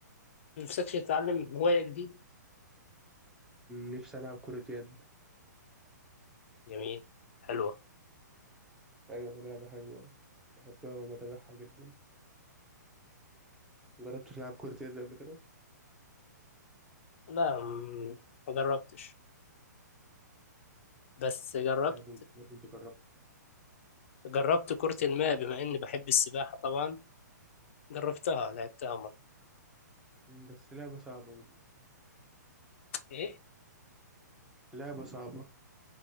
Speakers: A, on the left; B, in the centre.
A: نفسكش تتعلم هواية جديدة
B: نفسي ألعب كرة يد
A: جميل حلوة
B: أيوة لعبة حلوة أوي بحبها وبتابعها جدا مجربتش تلعب كرة يد قبل كده
A: لا م- ما جربتش بس جربت
B: لازم لازم تجربها
A: جربت كرة الماء بما إني بحب السباحة طبعا جربتها لعبتها مرة
B: بس لعبة صعبة جدا
A: إيه
B: لعبة صعبة